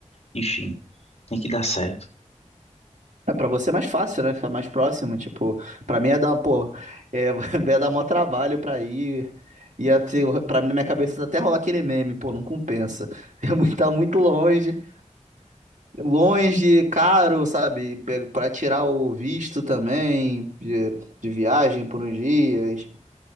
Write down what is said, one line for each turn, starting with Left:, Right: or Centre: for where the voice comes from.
Left: Enfim, tem que dar certo.
Right: É, pra você é mais fácil, né? Ficar mais próximo. Tipo, pra mim é dar, pô, é, <laughs> ia dar mó trabalho pra ir. e ter- pra mim, na minha cabeça, até rolar aquele meme, pô, não compensa. <laughs> É muito, tá muito longe, longe, caro, sabe? Pe- Pra tirar o visto também, de, de viagem por uns dias.